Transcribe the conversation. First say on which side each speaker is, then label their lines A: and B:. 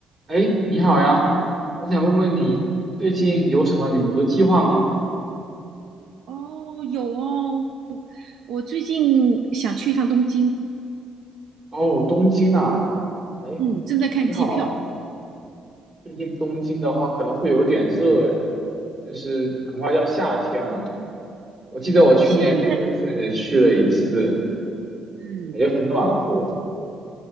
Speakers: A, on the right; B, on the right.
A: 哎，你好呀，我想问问你最近有什么旅游的计划吗？
B: 哦，有哦，我最近想去一趟东京，
A: 哦，东京呐，哎，
B: 嗯正在看机票。
A: 你好啊。最近东京的话可能会有点热诶，就是很快就要夏天了。我记得我去年六月份也去了一次，
B: 现在，嗯，
A: 也很暖和。